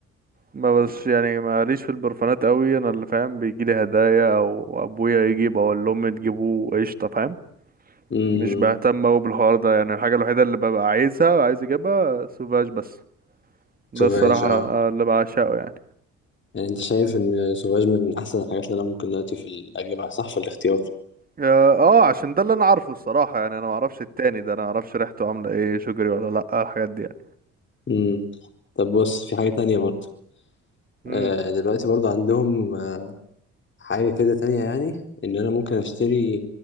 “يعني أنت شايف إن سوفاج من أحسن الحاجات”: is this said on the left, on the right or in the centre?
Left